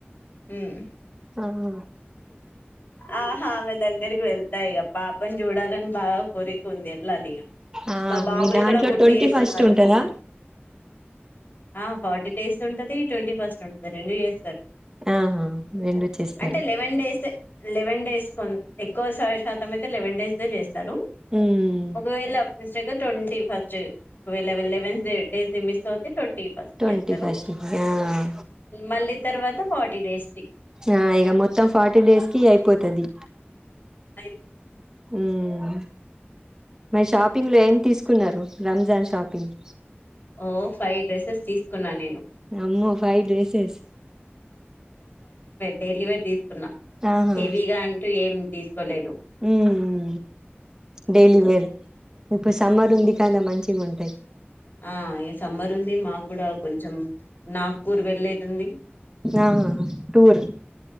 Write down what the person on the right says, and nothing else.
ఆహా
ఆ
మీ
దాంట్లో
ట్వంటీ
ఫస్ట్ ఉంటదా
ఆహా రెండు చేస్తారు
ఉమ్
ట్వంటీ
ఫస్ట్ కి ఆ
ఆ ఇగా మొత్తం ఫార్టీ డేస్ కి అయిపోతది
మ్ మరి షాపింగ్ లో ఏం తీసుకున్నారు రంజాన్ షాపింగ్.
అమ్మో ఫైవ్ డ్రెస్సెస్.
ఆహా
ఉమ్ డైలీ వేర్ ఇప్పుడు సమ్మర్ ఉంది కాద మంచిగా ఉంటు.
ఆహా. టూర్